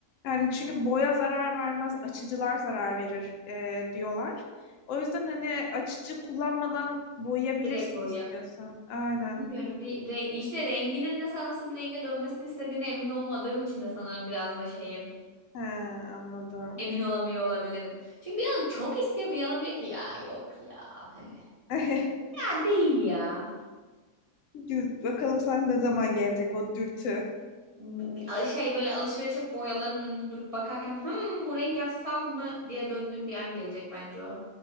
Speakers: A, on the left; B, on the right.
A: Yani çünkü boya zarar vermez, açıcılar zarar verir e, diyorlar. O yüzden hani açıcı kullanmadan boyayabilirsin
B: Direkt boyayıp.
A: istiyorsan. Aynen.
B: Bilmiyorum bir re- işte renginin de sana nasıl bir renge dönmesini istediğine emin olmadığım için de sanırım biraz da şeyim.
A: He, anladım.
B: Emin olamıyor olabilirim. Çünkü bir yanım çok istiyor bir yanım diyor ki ya yok ya hani.
A: <laughs>
B: Ya değil ya.
A: Güz- Bakalım sen ne zaman gelecek o dürtü.
B: B- bir- Şey böyle alışveriş hep boyaların önünde durup bakarken hımm bu renk yapsam mı diye döndüğüm bir an gelecek bence o.